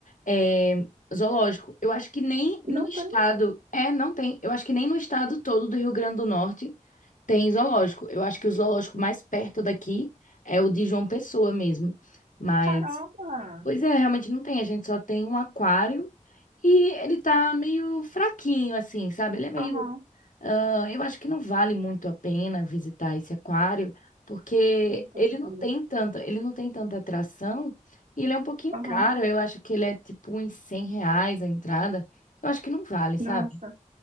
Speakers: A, on the left; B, on the right.
A: eh, zoológico. Eu acho que nem
B: Não
A: no estado.
B: sei,
A: É, não tem. Eu acho que nem no estado todo do Rio Grande do Norte tem zoológico. Eu acho que o zoológico mais perto daqui é o de João Pessoa mesmo. Mas,
B: caramba.
A: pois é, realmente não tem. A gente só tem um aquário e ele tá meio fraquinho, assim, sabe? Ele é meio
B: Aham,
A: ah, eu acho que não vale muito a pena visitar esse aquário, porque
B: entendi.
A: ele não tem tanta, ele não tem tanta atração e ele é um pouquinho
B: Aham,
A: caro. Eu acho que ele é tipo uns 100 reais a entrada. Eu acho que não vale, sabe?
B: nossa.